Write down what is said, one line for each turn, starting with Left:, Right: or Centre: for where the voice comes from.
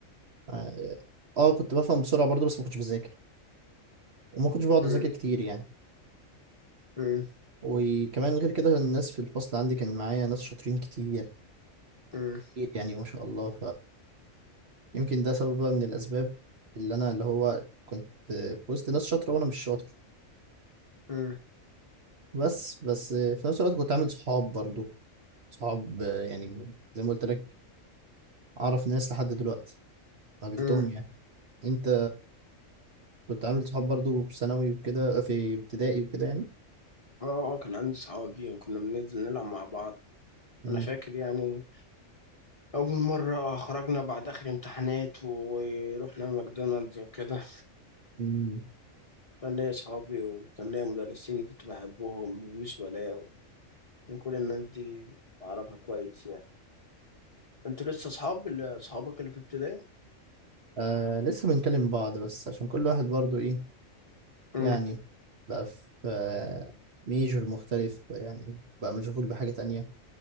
Right: اه آه، كنت بفهم بسرعة برضه بس ما كنتش بذاكر وما كنتش بقعد
Left: مم.
Right: اذاكر كتير يعني
Left: مم.
Right: وكمان غير كده الناس في الفصل عندي كان معايا ناس شاطرين كتير
Left: مم.
Right: كتير يعني ما شاء الله فيمكن ده سبب بقى من الأسباب اللي أنا اللي هو كنت في وسط ناس شاطرة وأنا مش شاطر
Left: مم.
Right: بس بس في نفس الوقت كنت عامل صحاب برضو صحاب يعني زي ما قلت لك أعرف ناس لحد دلوقتي قابلتهم
Left: مم.
Right: يعني أنت كنت عامل صحاب برضو في ثانوي وكده في ابتدائي وكده يعني
Left: اه آه، كان عندي صحاب فيهم كنا بننزل نلعب مع بعض
Right: مم.
Left: انا فاكر يعني اول مره خرجنا بعد اخر امتحانات ورحنا ماكدونالدز وكده
Right: مم.
Left: كان ليا صحابي وكان ليا مدرسين كنت بحبهم وميس ولاء وكان كل الناس دي اعرفها كويس يعني انتوا لسه صحاب اللي- صحابك اللي في ابتدائي
Right: آه لسه بنكلم بعض بس عشان كل واحد برضو إيه
Left: مم.
Right: يعني بقى في آه، ميجور مختلف يعني بقى مشغول بحاجة تانية